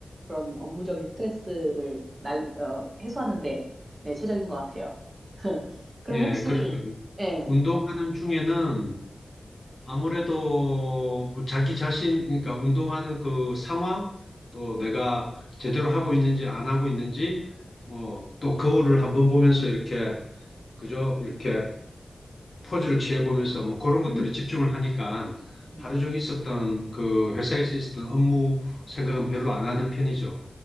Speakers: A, on the right; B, on the left.
A: 그런 업무적인 스트레스를 날, 어, 해소하는데 네, 최적인 것 같아요. <laughs> 그럼
B: 예,
A: 혹시,
B: 그렇죠.
A: 예.
B: 운동하는 중에는 아무래도 그 자기 자신, 그러니까 운동하는 그 상황, 또 내가 제대로 하고 있는지 안 하고 있는지, 뭐, 또 거울을 한번 보면서 이렇게, 그죠? 이렇게 포즈를 취해보면서 뭐 그런 것들에
A: 음,
B: 집중을 하니까
A: 음,
B: 하루
A: 네.
B: 종일 있었던 그 회사에서 있었던 업무 생각은 별로 안 하는 편이죠.